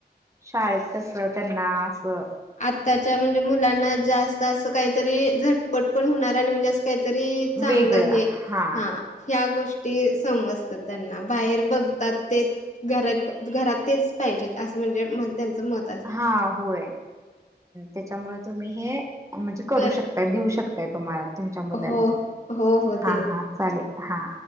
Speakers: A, on the right; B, on the left.
A: शाळेत कसं, त्यांना असं.
B: आताच्या म्हणजे मुलांना जास्त असं काहीतरी, झटपट पण होणार आणि म्हणजे कसं. काहीतरी चांगलं
A: वेगळं
B: हे,
A: हा
B: हां. ह्या गोष्टी समजत त्यांना, बाहेर बघतात ते. घरात -घरात तेच पाहिजेत. असं म्हणजे, त्यांचं मत असतं.
A: हा होय, तेच्यामुळे तुम्ही हे म्हणजे करू
B: कर
A: शकता देऊ शकता. तुम्हांला तुमच्या मुलाला,
B: हो हो हो
A: हा
B: दे
A: हा चालेल हां.